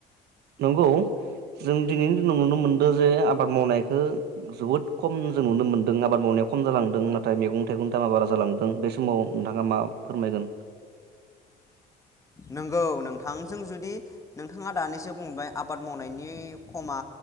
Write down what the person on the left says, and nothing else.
नोंगौ नोंथां जों जुदि नोंथाङा दानिसो बुंबाय आबाद मावनायनि खमा